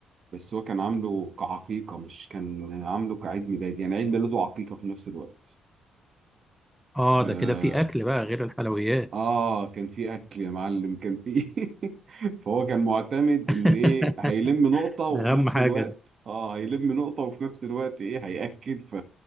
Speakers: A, on the right; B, in the centre.
A: بس هو كان عامله كعقيقة مش كان عامله كعيد ميلاد يعني عيد ميلاده وعقيقة في نفس الوقت
B: اه
A: ف
B: ده كده في اكل بقى غير الحلويات
A: آه كان في أكل يا معلم كان في <laughs> فهو كان معتمد
B: <laughs>
A: إن إيه هيلم نقطة وفي
B: ده
A: نفس
B: اهم حاجه
A: الوقت
B: دي
A: آه هيلم نقطة وفي نفس الوقت إيه هيأكل ف...